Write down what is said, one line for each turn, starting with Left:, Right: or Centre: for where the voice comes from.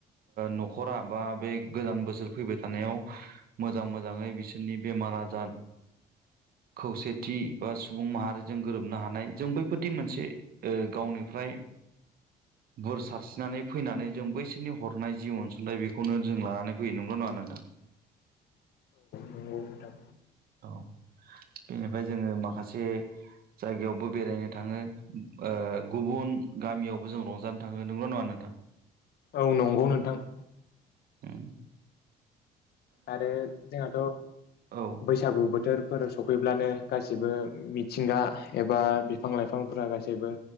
Right: नखरा बा बे गोजान बोसोर फैबाय थानायाव मोजां मोजाङै बिसोरनि बेमार आजार खौसेथि बा सुबुं माहारिजों गोरोबनो हानाय जों बैफोरदि मोनसे गावनिफ्राय बोर सारस्रिनानै फैनानै जों बैसोरनि हरनाय जि अनसुंथाइ बेखौनो जों लानानै फैयो नंल' नङा नोंथां।
Left: नंगौ नोंथां औ।
Right: ओ बेनिफ्राय जोङो माखासे जायगायावबो बेरायनो थाङो ओ गुबुन गामियावबो जों रंजानो थाङो नंगौ नङा नोंथां?
Left: औ नंगौ नोंथां।
Right: औ।
Left: आरो जोंहाथ'
Right: औ
Left: बैसागु बोथोर <unintelligible> सफैब्लानो गासैबो मिथिंगा एबा बिफां लाइफांफोरा गासैबो